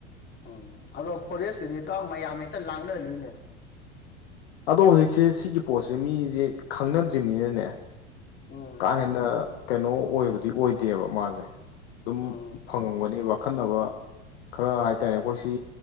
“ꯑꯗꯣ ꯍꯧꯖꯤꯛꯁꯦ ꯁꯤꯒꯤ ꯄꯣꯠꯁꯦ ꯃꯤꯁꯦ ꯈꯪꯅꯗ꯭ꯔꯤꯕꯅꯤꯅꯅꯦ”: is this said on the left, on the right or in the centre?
Left